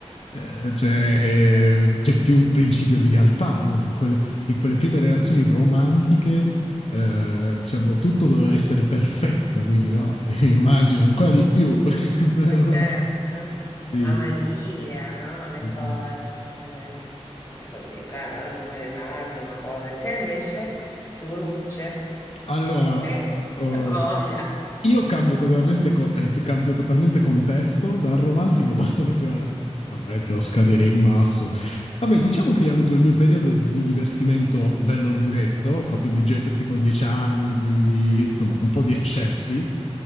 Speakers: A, on the left; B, on the left.
A: eh, c'è, eh,
B: Eh,
A: c'è più principio di realtà, no? In quelle, in quelle prime relazioni romantiche, eh, diciamo, tutto doveva essere perfetto, quindi no? <laughs> Immagino ancora di più. <laughs> Questa
B: Ma
A: è una
B: certo,
A: cosa- Sì.
B: la magia, no? Le
A: Mm,
B: cose,
A: mm.
B: che follia, guarda, non come dei masi, una cosa. E te invece, figurucce?
A: Allora,
B: Eh, <laughs>
A: eh,
B: la voglia.
A: io cambio totalmente, co- <laughs> eh, cambio totalmente contesto, dal romantico passo proprio al... no, veramente lo scadere in basso. Vabbè, diciamo che io ho avuto il mio periodo di divertimento bello lunghetto, ho fatto il DJ per tipo dieci anni, quindi insomma un po' di eccessi,